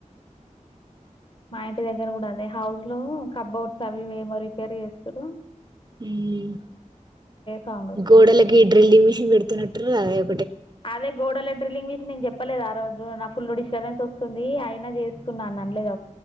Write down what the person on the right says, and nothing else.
హ్మ్
గోడాలోకి డ్రిలింగ్ మిషన్ పెడుత టుర్రు టుర్రు